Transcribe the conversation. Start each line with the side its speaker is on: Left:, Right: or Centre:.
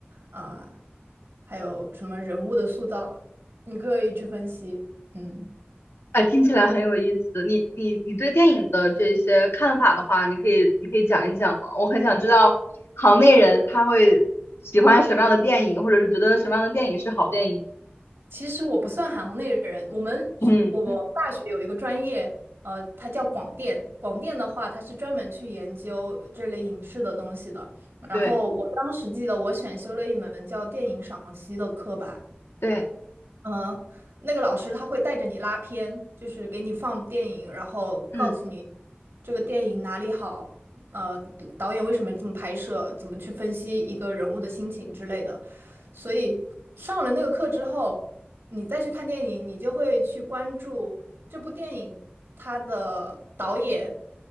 Right: 啊、还有什么人物的塑造，你可以去分析。嗯。
Left: 哎，听起来很有意思。你你你对电影的这些看法的话，你可以你可以讲一讲吗？我很想知道行内人他会喜欢什么样的电影，或者是觉得什么样的电影是好电影。
Right: 其实我不算行内人，我们学我们大学有一个专业，
Left: 嗯，
Right: 呃，它叫广电。广电的话，它是专门去研究这类影视的东西的。然后我当时记得我选修了一门叫电影赏析的课吧，
Left: 对对，
Right: 嗯，那个老师他会带着你拉片，就是给你放电影，然后告诉你
Left: 嗯
Right: 这个电影哪里好，呃，导演为什么这么拍摄，怎么去分析一个人物的心情之类的。所以上了那个课之后，你再去看电影，你就会去关注这部电影它的导演，